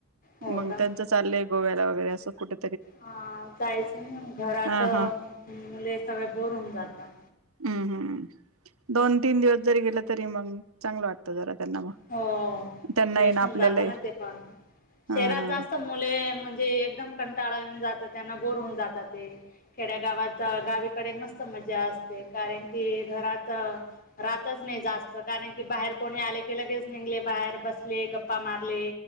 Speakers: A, on the left (about 40°); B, on the right (about 75°).
A: हो
B: मग
A: का
B: त्यांचं चाललंय गोव्याला वगैरे असं कुठे
A: हा जायचं ना घरातले
B: हा हा
A: सगळे बोर होऊन जातात.
B: हम्म हम्म, दोन तीन दिवस जरी गेलं तरी, मग चांगलं वाटतं जरा त्यांना मग.
A: हो
B: त्यांना
A: फ्रेश
B: येईन आपल्यालाही
A: होऊन जाता ना ते पण.
B: हा
A: शहरात
B: हा
A: जास्त मुले म्हणजे एकदम कंटाळून जात. त्यांना बोर होऊन जातात ते. खेड्या गावात गावीकडे मस्त मजा असते. कारण की घरात राहातच नाही जास्त. कारण की बाहेर कोणी आले लगेच निघले बाहेर. बसले गप्पा मारले.